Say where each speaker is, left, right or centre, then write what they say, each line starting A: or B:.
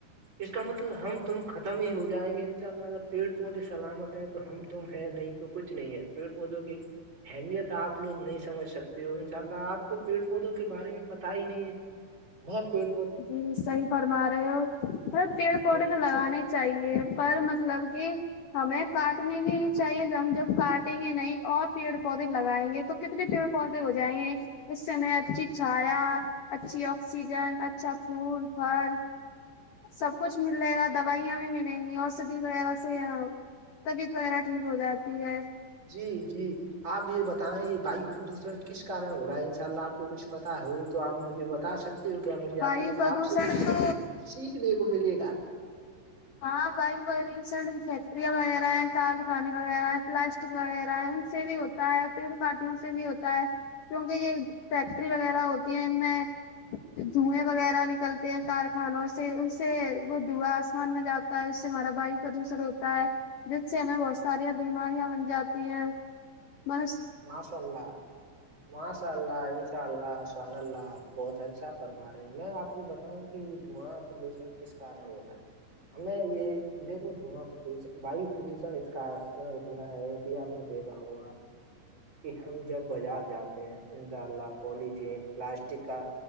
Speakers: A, on the right; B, on the left.
A: اس کا مطلب ہم تم ختم ہی ہو جائیں گے ان شاء اللہ اگر پیڑ پودے سلامت ہیں تو ہم تم ہے نہیں تو کچھ نہیں ہے پیڑ پودوں کی اہمیت آپ لوگ نہیں سمجھ سکتے ہو ان شاء اللہ آپ کو پیڑ پودوں کے بارے میں پتا ہی نہیں ہے بر پھر
B: جی صحیح فرما رہے ہو تھ پیڑ پودے
A: میں
B: تو
A: خود
B: لگانے
A: سے
B: چاہیے پر مطلب کہ ہمیں کاٹنی بھی نہیں چاہیے ہم جب کاٹیں گے نہیں اور پیڑ پودے لگائیں گے تو کتنے پیڑ پودے ہو جائیں گے اس سے میں اچھی چھایا اچھی آکسیجن چا فول فال سب کچھ مل جے گا دوائیاں بھی ملیں گی اسدھی وغیرہ سے طبیعت وغیرہ ٹھیک ہو جاتی ہے
A: جی جی آپ یہ بتائیں یہ وایو پردوشن کس کن ہو رہا ہے ان شاء اللہ آپ کو کچھ پتا ہو تو آپ مجھے بتا سکتے سے ہو کیا مجھے
B: وایو
A: آپ کو
B: پردوشن
A: آپ سے کچھ
B: تو
A: سیکھنے کو ملے گا
B: ہاں بائی بیر سر چتریاں وغیرہ ہیں کار بخانے وغیرہ ہیں پلاس وغیرہ ہے سے بھی ہوتے ہوتا ہے پ پارٹلوں سے بھی ہوتا ہے کیونکہ یہ فیکٹری وغیرہ ہوتی ہے ان میں دھوئیں وغیرہ نکلتے ہیں کارخانوں سے ان سے وہ دھو مان م جاتا ہے اس سے ہمارا بھائی پردوشر ہوتا ہے جس سے ہمیں بہت ساریاں بیماریاں بن جاتی ہیں م
A: ماساء اللہ ماساء اللہ انشاء اللہ شن اللہ آپ بہت اچھا فرما رہے ہو میں آپ کو بتاؤں کہ دعاں پردوشن کس کارن ہو رہا ہے ہمیں یہ دیکو دھواں پردش ویو پردوشن اس کا ہو رہا ہے کہ آپ نے دیکھا ہوگا کہ ہم جب بازار جاتے ہیں انشاء اللہ پولییتھیین پلاسٹک کا